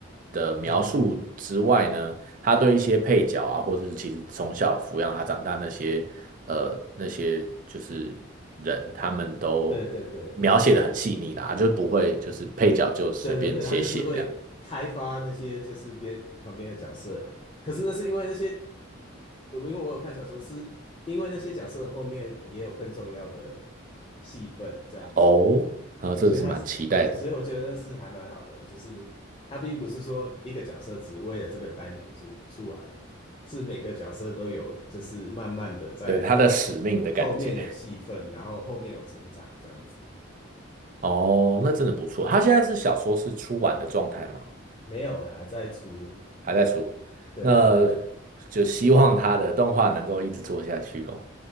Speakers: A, on the right; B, on the left.
A: 的描述之外呢，
B: 嗯嗯嗯。
A: 他对一些配角啊，或者是其实从小抚养他长大那些呃那些就是人，他们都
B: 对对对
A: 描写的很细腻啦，就是不会就是配角就随便写写这样。
B: 对对对，他就是会开发那些就是边旁边的角色，可是那是因为那些，我因为我有看小说，是因为那些角色后面也有更重要的戏份这样子，
A: 哦，啊，这个是蛮期待的，
B: 所以他是，所所以我觉得那是还蛮好的，就是他并不是说一个角色只为了这个单元出出来，是每个角色都有，就是慢慢的在
A: 对他的使命的感觉。
B: 后面有戏份，然后后面有成长这样子，
A: 哦，那真的不错。他现在是小说是出完的状态吗？
B: 没有欸，还在出。
A: 还在出，
B: 对对对，
A: 那就希望他的动画能够一直做下去咯。